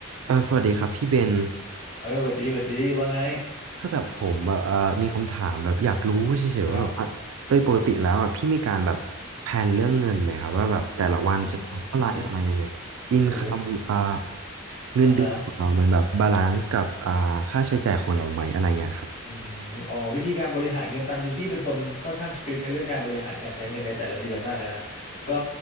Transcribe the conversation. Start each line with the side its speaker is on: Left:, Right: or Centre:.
Right: เออสวัสดีครับพี่เบน
Left: เอ้ยหวัดดีหวัดดี ว่าไง
Right: คือแบบผมแบบเออมีคำถามแบบอยากรู้เฉยๆว่าแบบว่าโดยปกติแล้วอ่ะพี่มีการแบบแผนเรื่องเงินไหมครับว่าแบบแต่ละวันจะทำเท่าไหร่อะไรยังไงอินคัมอ่า
Left: ครับ อืมโอ้ย
Right: เงินเดือนของเรามันแบบบาลานซ์กับอ่าค่าใช้จ่ายของเราไหมอะไรเงี้ยครับ
Left: อ่ะฮะ อืมอ๋อวิธีการบริหารเงินตามจริงพี่เป็นคนค่อนข้างสตริกในเรื่องการบริหารการใช้เงินในแต่ละเดือนมากอะนะก็